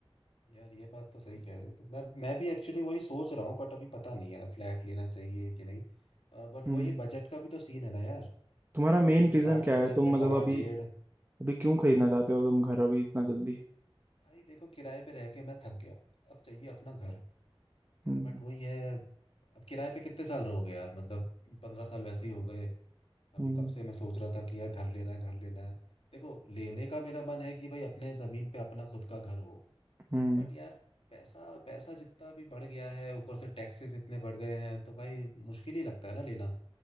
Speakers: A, on the left (about 70°); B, on the right (about 20°).
A: यार ये बात तो सही कह रहे हो तो मैं मैं भी एक्चुअली वही सोच रहा हूँ बट अभी पता नहीं यार फ्लैट लेना चाहिए कि नहीं बट
B: हम्म
A: वो ये बजट का भी तो सीन है ना यार
B: तुम्हारा मेन
A: अभी
B: रीजन
A: साठ सत्तर
B: क्या है तुम
A: से
B: मतलब
A: कहाँ
B: अभी
A: डेढ़
B: अभी क्यों खरीदना चाहते हो तुम घर अभी इतना जल्दी
A: भाई देखो किराए पे रह के मैं थक गया अब चाहिए अपना घर
B: हम्म
A: बट वही है अब किराए पे कितने साल रहोगे यार मतलब पंद्रह साल वैसे ही हो गए अभी
B: हम्म
A: कब से मैं सोच रहा था कि यार घर लेना है घर लेना है देखो लेने का मेरा मन है कि भाई अपने जमीन पे अपना खुद का घर हो
B: हम्म
A: बट यार पैसा पैसा जितना भी बढ़ गया है ऊपर से टैक्सेस इतने बढ़ गए हैं तो भाई मुश्किल ही लगता है ना लेना